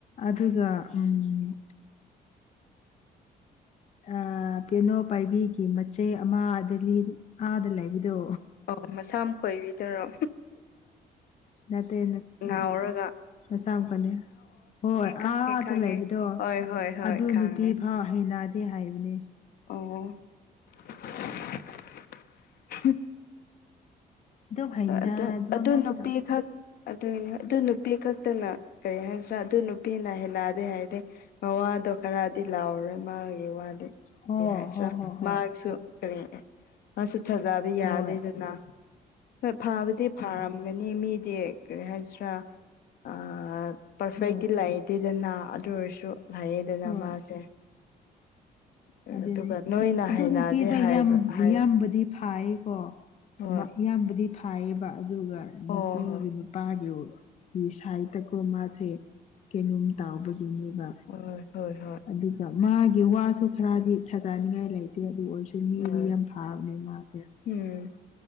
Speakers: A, on the left (about 45°); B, on the left (about 70°).
A: ꯑꯗꯨꯒ ꯎꯝ ꯑ ꯄꯦꯅꯣ ꯄꯥꯏꯕꯤꯒꯤ ꯃꯆꯦ ꯑꯃ ꯑꯥꯗ ꯂꯩꯕꯗꯣ
B: ꯑꯣ ꯃꯁꯥ ꯑꯃ ꯈꯣꯏꯕꯤꯗꯅꯣ
A: ꯅꯠꯇ
B: ꯅꯥꯎꯔꯒ
A: ꯃꯆꯥꯃꯛꯨꯄꯥꯅꯦ ꯍꯣꯏ
B: ꯈꯪꯉꯦ
A: ꯑꯥꯗ
B: ꯈꯪꯉꯦ
A: ꯂꯩꯕꯗꯣ
B: ꯍꯣꯏ ꯍꯣꯏ ꯍꯣꯏ
A: ꯑꯗꯨ
B: ꯈꯪꯉꯦ
A: ꯅꯨꯄꯤ ꯐꯥꯎ ꯍꯩꯅ ꯁꯤ ꯍꯥꯏꯕꯅꯦ
B: ꯑꯣ
A: ꯑꯗꯨꯝ ꯍꯩꯅꯗꯕ
B: ꯑꯗꯨ ꯑꯗꯨ
A: ꯉꯥꯛꯇ
B: ꯅꯨꯄꯤ ꯈꯛ ꯑꯗꯨꯅꯦ ꯑꯗꯨ ꯅꯨꯄꯤ ꯈꯛꯇꯅ ꯀꯔꯤ ꯍꯥꯏꯗ꯭ꯔꯥ ꯑꯗꯨ ꯅꯨꯄꯤꯅ ꯍꯦꯟꯅꯗꯦ ꯍꯥꯏꯔꯔꯦ ꯃꯋꯥꯗꯣ ꯈꯔꯗꯤ ꯂꯥꯎꯔꯣꯏ ꯃꯥꯒꯤ ꯋꯥꯗꯤ
A: ꯍꯣ
B: ꯀꯔꯤ ꯍꯥꯏꯁꯤꯔꯥ
A: ꯍꯣ ꯍꯣ ꯍꯣꯏ
B: ꯃꯍꯥꯛꯁꯨ ꯀꯔꯤ ꯃꯥꯁꯨ ꯊꯥꯖꯕ ꯌꯥꯗꯦꯗꯅ
A: ꯍꯣꯏ
B: ꯍꯣꯏ ꯐꯥꯕꯨꯗꯤ ꯐꯥꯔꯝꯒꯅꯤ ꯃꯤꯗꯤ ꯀꯔꯤ ꯍꯥꯏꯁꯤꯔꯥ ꯑ ꯄꯔꯐꯦꯛꯂꯤ
A: ꯍꯣꯏ
B: ꯂꯩꯇꯦꯗꯅ ꯑꯗꯨ ꯑꯣꯏꯔꯁꯨ ꯂꯩꯑꯗꯅ
A: ꯍꯣꯏ
B: ꯃꯥꯁꯦ ꯑꯗꯨꯒ
A: ꯑꯗꯨꯅꯦ
B: ꯅꯣꯏꯅ
A: ꯑꯗꯨ
B: ꯍꯩꯅꯗꯦ
A: ꯅꯨꯄꯤꯗꯣ
B: ꯍꯥꯏꯕ
A: ꯌꯥꯝ
B: ꯍꯥꯏ
A: ꯏꯌꯥꯝꯕꯗꯤ ꯐꯀꯣ
B: ꯍꯣꯏ
A: ꯏꯌꯥꯝꯕꯗꯤ ꯐꯥꯏꯌꯦꯕ ꯑꯗꯨꯒ
B: ꯑꯣ
A: ꯅꯨꯄꯤꯒꯤ
B: ꯍꯣꯏ
A: ꯅꯨꯄꯥꯒꯤ ꯁꯥꯏꯠ ꯀꯣ ꯃꯥꯁꯦ ꯀꯩꯅꯣꯝ ꯇꯥꯎꯕꯒꯤꯅꯦꯕ
B: ꯍ ꯍꯣꯏ ꯍꯣꯏ
A: ꯑꯗꯨꯒ ꯃꯥꯒꯤ ꯋꯥꯁꯨ ꯈꯔꯗꯤ ꯊꯥꯖꯅꯤꯡꯉꯥꯏ ꯂꯩꯇꯦ ꯑꯗꯨ ꯑꯣꯏꯔꯁꯨ ꯃꯤꯗꯤ
B: ꯍꯣꯏ
A: ꯌꯥꯝ ꯐꯥꯕꯅꯦ ꯃꯥꯁꯦ
B: ꯎꯝ